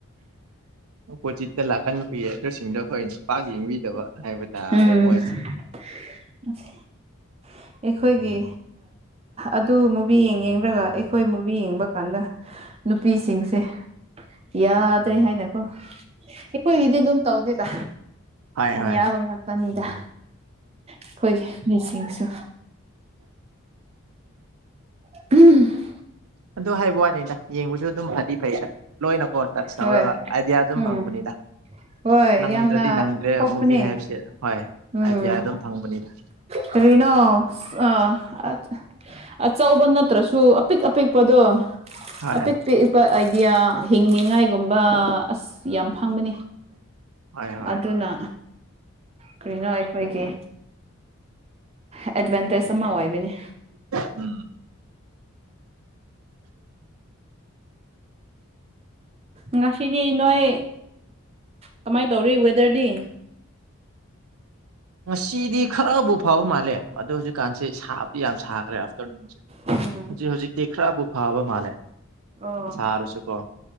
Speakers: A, on the right (about 80°); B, on the right (about 30°).
A: ꯑꯣꯄꯣꯖꯤꯠꯇ ꯂꯥꯛꯀꯟ ꯅꯨꯄꯤ ꯑꯗꯨꯁꯤꯡꯗꯣ ꯑꯈꯣꯏ ꯅꯨꯄꯥꯒꯤ ꯌꯦꯡꯕꯤꯗꯕ ꯍꯥꯏꯕ ꯇꯥꯔꯦ
B: ꯎꯝ
A: ꯃꯣꯏꯁ
B: <unintelligible> ꯑꯩꯈꯣꯏꯒꯤ ꯑꯗꯨ ꯃꯨꯚꯤ ꯌꯦꯡ ꯌꯦꯡꯔꯒ ꯑꯩꯈꯣꯏ ꯅꯨꯄꯤ ꯌꯦꯡꯕ ꯀꯥꯟꯗ ꯅꯨꯄꯤꯁꯤꯡꯁꯦ ꯌꯥꯗ꯭ꯔꯦ ꯍꯥꯏꯅꯀꯣ ꯑꯩꯈꯣꯏꯒꯤꯗꯤ ꯑꯗꯨꯝ ꯇꯧꯗꯦꯗ
A: ꯍꯣꯏ ꯍꯣꯏ
B: ꯌꯥꯕ ꯉꯥꯛꯇꯅꯤꯗ ꯑꯈ‌ꯣꯏ ꯃꯤꯁꯤꯡꯁꯨ <unintelligible>
A: ꯑꯗꯨ ꯍꯥꯏꯕ ꯋꯥꯅꯤꯗ ꯌꯦꯡꯕꯁꯨ ꯑꯗꯨꯝ ꯐꯩꯗꯤ ꯐꯩꯗ ꯂꯣꯏꯅ ꯑꯣ ꯇꯠꯖ
B: ꯍꯣꯏ
A: ꯇꯧꯔꯒ ꯑꯥꯏꯗꯤꯌꯥ ꯑꯗꯨꯝ
B: ꯎꯝ
A: ꯐꯪꯕꯅꯤꯗ
B: ꯍꯣꯏ
A: ꯅꯪꯗ꯭ꯔꯗꯤ
B: ꯌꯥꯝꯅ
A: ꯅꯪꯗ꯭ꯔꯦ
B: ꯊꯣꯛꯄꯅꯦ
A: ꯃꯨꯚꯤ ꯍꯥꯏꯕꯁꯦ ꯍꯣꯏ
B: ꯎꯝ
A: ꯑꯥꯏꯗꯤꯌꯥ ꯑꯗꯨꯝ ꯐꯪꯕꯅꯤꯗ
B: ꯀꯔꯤꯅꯣ ꯑꯁ ꯑꯥ ꯑꯆꯥ ꯑꯆꯧꯕ ꯅꯠꯇ꯭ꯔꯁꯨ ꯑꯄꯤꯛ ꯑꯄꯤꯛꯄꯗꯣ
A: ꯍꯣꯏ
B: ꯑꯄꯤꯛ ꯄꯤꯛꯄ ꯑꯥꯏꯗꯤꯌꯥ ꯍꯤꯡꯅꯤꯡꯉꯥꯏꯒꯨꯝꯕ ꯑꯁ ꯌꯥꯝ ꯐꯪꯕꯅꯤ
A: ꯍꯣꯏ ꯍꯣꯏ
B: ꯑꯗꯨꯅ ꯀꯔꯤꯅꯣ ꯑꯩꯈꯣꯏꯒꯤ ꯑꯦꯗꯚꯦꯟꯇꯦꯖ ꯑꯃ ꯑꯣꯏꯕꯅꯤ
A: ꯎꯝ
B: ꯉꯁꯤꯗꯤ ꯅꯣꯏ ꯀꯃꯥꯏ ꯇꯧꯔꯤ ꯋꯦꯗꯔꯗꯤ
A: ꯉꯁꯤꯗꯤ ꯈꯔꯕꯨꯥ ꯐꯕ ꯃꯥꯜꯂꯦ ꯑꯗꯣ ꯍꯨꯖꯤꯛ ꯀꯥꯟꯁꯦ ꯁꯥꯕꯗꯤ ꯌꯥꯝ ꯁꯥꯈ꯭ꯔꯦ ꯑꯥꯐꯇꯔꯅꯨꯟꯁꯦ
B: ꯎꯝ
A: ꯍꯧꯖꯤꯛ ꯍꯧꯖꯤꯛꯇꯤ ꯈꯔꯕꯨ ꯐꯕ ꯃꯥꯜꯂꯦ
B: ꯑꯣ
A: ꯁꯥꯔꯁꯨꯀꯣ